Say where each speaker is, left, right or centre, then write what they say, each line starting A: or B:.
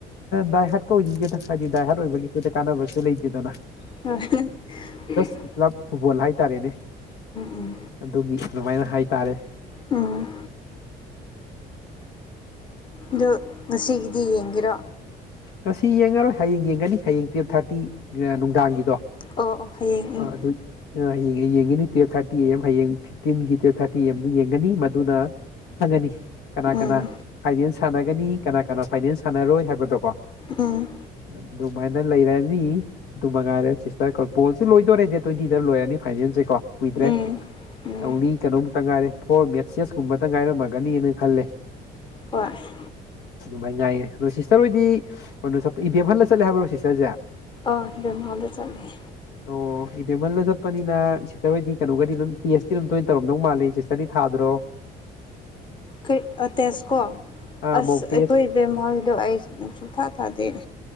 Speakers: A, on the left; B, on the left.
A: ꯗꯥꯏ ꯍꯥꯠ ꯀ ꯑꯣꯏꯅꯤꯡꯗꯦꯗ ꯍꯥꯏꯗꯤ ꯗꯥꯏ ꯍꯥꯔꯠ ꯑꯣꯏꯕꯒꯤꯁꯤꯗ ꯀꯥꯟꯅꯕꯁꯨ ꯂꯩꯇꯦꯗꯅ
B: ꯍꯣꯢ
A: ꯥꯂꯞ ꯐꯨꯠꯕꯣꯜ ꯍꯥꯏꯇꯥꯔꯦꯅꯦ
B: ꯎꯝ
A: ꯑꯗꯨꯒꯤ ꯑꯗꯨꯃꯥꯏꯅ ꯍꯥꯏꯇꯥꯔꯦ
B: ꯎꯝ ꯑꯗꯨ ꯉꯁꯤꯒꯤꯗꯤ ꯌꯦꯡꯒꯦꯔꯣ
A: ꯉꯁꯤ ꯌꯦꯡꯉꯔꯣꯏ ꯍꯌꯦꯡ ꯌꯦꯡꯒꯅꯤ ꯍꯌꯦꯡ ꯇꯨꯌꯦꯜꯞ ꯊꯥꯔꯇꯤ ꯅꯨꯡꯗꯥꯡꯒꯤꯗꯣ
B: ꯑꯣ ꯑꯣ ꯍꯌꯦꯡ
A: ꯑꯥ ꯑꯗꯨ ꯑ ꯍꯥꯌꯦꯡ ꯌꯦꯡꯒꯅꯤ ꯇꯨꯋꯜꯞ ꯊꯥꯔꯇꯤ ꯑꯦꯝ ꯍꯌꯦꯡ ꯐꯤꯞꯇꯤꯟꯒꯤ ꯇꯨꯋꯜꯞ ꯊꯥꯔꯇꯤ ꯑꯦꯝ ꯌꯦꯡꯒꯅꯤ ꯃꯗꯨꯅ ꯈꯪꯉꯅꯤ ꯀꯅꯥ
B: ꯎꯝ
A: ꯀꯅꯥ ꯐꯥꯏꯅꯦꯟꯁ ꯁꯥꯟꯅꯒꯅꯤ ꯀꯅꯥ ꯀꯅꯥ ꯐꯥꯏꯅꯦꯟꯁ ꯁꯥꯟꯅꯔꯣꯏ ꯍꯥꯏꯕꯗꯣ
B: ꯎꯝ
A: ꯑꯗꯨꯃꯥꯏꯅ ꯂꯩꯔꯅꯤ ꯑꯗꯨ ꯃꯉꯥꯏꯔꯦ ꯁꯤꯁꯇꯔ ꯕꯣꯜꯁꯨ ꯂꯣꯏꯗꯣꯏꯣꯔꯦ ꯗꯦ ꯇ꯭ꯋꯦꯟꯇꯤꯗ ꯂꯣꯏꯔꯅꯤ ꯐꯥꯏꯅꯦꯜꯁꯦ ꯀꯣ ꯀꯨꯏꯗ꯭ꯔꯦ
B: ꯎꯝ ꯎꯝ ꯎꯝ
A: ꯂꯤ ꯀꯩꯅꯣꯝꯇ ꯉꯥꯏꯔꯦ ꯐꯣꯔ ꯃꯦꯠꯁꯦꯁ ꯀꯨꯝꯕꯇ ꯉꯥꯏꯔꯝꯃꯒꯅꯤꯅ ꯈꯜꯂꯦ
B: ꯄꯁ
A: ꯅꯨꯡꯉꯥꯏ ꯉꯥꯏꯌꯦ ꯑꯗꯣ ꯁꯤꯁꯇꯔ ꯍꯣꯏꯗꯤ ꯀꯩꯅꯣ ꯏꯕꯦꯝ ꯍꯜꯂ ꯆꯠꯂꯦ ꯍꯥꯏꯕ꯭ꯔꯣ ꯁꯤꯁꯇꯔꯁꯦ
B: ꯑꯗꯦꯝ ꯃꯣꯂꯦ ꯆꯠꯂꯦ
A: ꯑꯣ ꯏꯕꯦꯝꯃꯜꯗ ꯆꯠꯄꯅꯤꯅ ꯁꯤꯁꯇꯔ ꯍꯣꯏꯗꯤ ꯀꯩꯅꯣꯒꯗꯤ ꯑꯗꯨꯝ ꯇꯦꯁ ꯇꯤ ꯑꯗꯨꯝ ꯇꯣꯏꯅ ꯇꯧꯔꯝꯗꯧ ꯃꯥꯜꯂꯤ ꯍꯥꯟꯗꯥꯛꯇꯤ ꯊꯥꯗ꯭ꯔꯣ
B: ꯀꯔꯤ ꯇꯦꯖ ꯀꯣ
A: ꯑꯥ
B: ꯑꯁ
A: ꯃꯣꯛ ꯇꯦꯁ
B: ꯑꯩꯈꯣꯏ ꯏꯕꯦꯝꯍꯥꯜꯒꯤꯗꯣ ꯑꯩ ꯁꯨꯡꯊꯥ ꯊꯥꯗꯦ